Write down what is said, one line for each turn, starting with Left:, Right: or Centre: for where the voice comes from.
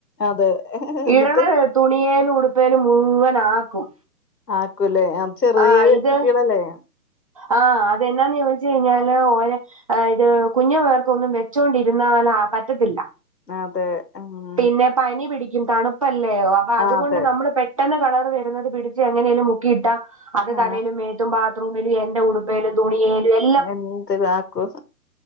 Left: അതെ എന്നിട്ട്
Right: ഇടണത് തുണിയേലും ഉടുപ്പേലും മുഴുവൻ ആക്കും
Left: ആക്കും ല്ലേ ആഹ് ചെറിയ
Right: ആ ഇത്
Left: കുട്ടികളെല്ലേ
Right: ആ അതെന്നാന്ന് ചോദിച്ച് കഴിഞ്ഞാല് ഓരെ- ആഹ് ഇത് കുഞ്ഞു പിള്ളേർ കൊന്നും വെച്ചോണ്ടിരുന്നാ ലാ പറ്റത്തില്ല
Left: അതെ മ്മ്
Right: പിന്നെ പനി പിടിക്കും തണുപ്പല്ലേ അപ്പൊ അതുകൊണ്ട്
Left: ആ അതെ
Right: നമ്മള് പെട്ട- പെട്ടന്ന് കളറ് വരുന്നത് പിടിച്ച് എങ്ങനെലും മുക്കിയിട്ടാ അത്
Left: ആ
Right: തലയിലും മേത്തും ബാ- ബാത്റൂമിലും എന്റെ ഉടുപ്പേലും തുണിയേലും എൽ-
Left: എന്തത് ആക്കും